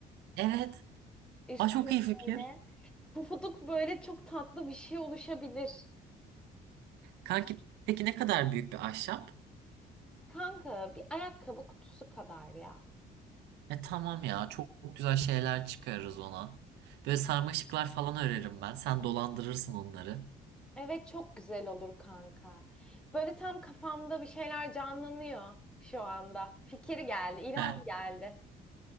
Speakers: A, on the right; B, in the centre.
A: Evet.
B: üstüne
A: Aa, çok iyi fikir.
B: böyle pufuduk böyle çok tatlı bir şey oluşabilir.
A: Kanki peki ne kadar büyük bir ahşap?
B: Kanka bir ayakkabı kutusu kadar ya.
A: E tamam ya çok, çok güzel şeyler çıkarırız ona. Böyle sarmaşıklar falan örerim ben. Sen dolandırırsın onları.
B: Evet çok güzel olur kanka. Böyle tam kafamda bir şeyler canlanıyor şu anda. Fikir geldi, ilham
A: He.
B: geldi.